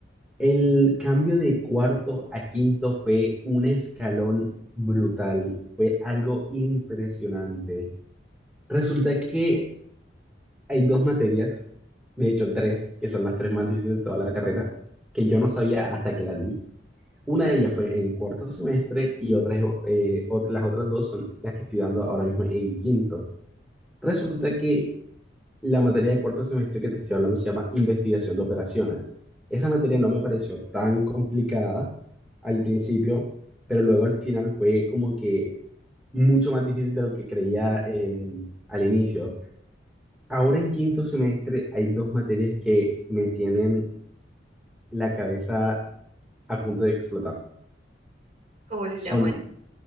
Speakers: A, in the centre; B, on the right.
A: El cambio de cuarto a quinto fue un escalón brutal, fue algo impresionante. Resulta que hay dos materias, de hecho tres, que son las tres más difíciles de toda la carrera, que yo no sabía hasta que las di. Una
B: <laughs>
A: de ellas fue en cuarto semestre y otras, eh, ot- las otras dos son las que estoy dando ahora mismo en quinto. Resulta que la materia de cuarto semestre que te estoy hablando se llama investigación de operaciones. Esa materia no me pareció tan complicada al principio, pero luego al final fue como que mucho más difícil de lo que creía en, al inicio. Ahora en quinto semestre hay dos materias que me tienen la cabeza a punto de explotar.
B: ¿Cómo se
A: Son
B: llaman?